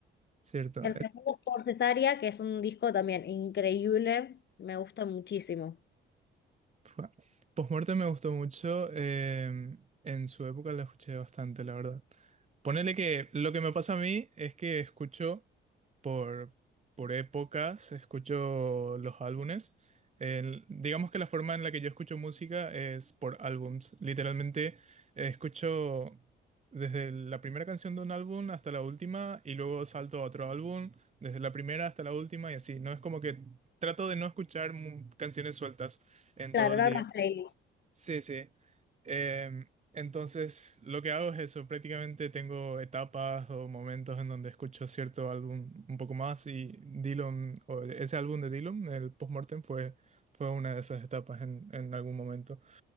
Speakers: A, on the right; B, on the left.
A: Cierto.
B: El segundo por cesárea, que es un disco también increíble, me gusta muchísimo.
A: Fua. Postmortem me gustó mucho. em, en su época la escuché bastante, la verdad. Ponele que lo que me pasa a mí es que escucho por, por épocas, escucho los álbumes. El- digamos que la forma en la que yo escucho música es por álbums. Literalmente eh, escucho desde la primera canción de un álbum hasta la última y luego salto a otro álbum, desde la primera hasta la última y así. No es como que trato de no escuchar mu- canciones sueltas en
B: Claro,
A: todo el
B: era
A: día.
B: más playlist.
A: Sí, sí. Em, entonces, lo que hago es eso. Prácticamente tengo etapas o momentos en donde escucho cierto álbum un poco más y Dylan, o ese álbum de Dylan, el Postmortem, fue, fue una de esas etapas en, en algún momento.